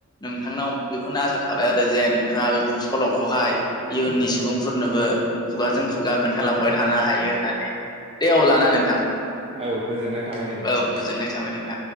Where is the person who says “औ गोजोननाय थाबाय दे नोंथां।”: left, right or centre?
Right